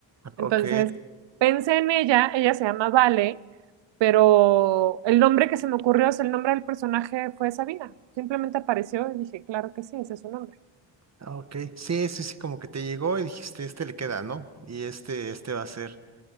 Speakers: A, on the right; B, on the right.
A: ok,
B: Entonces, pensé en ella, ella se llama Vale, pero el nombre que se me ocurrió, o sea, el nombre del personaje fue Sabina. Simplemente apareció y dije, claro que sí, ese es su nombre.
A: ok. Sí, sí, sí, como que te llegó y dijiste, este le queda, ¿no? Y este, este va a ser.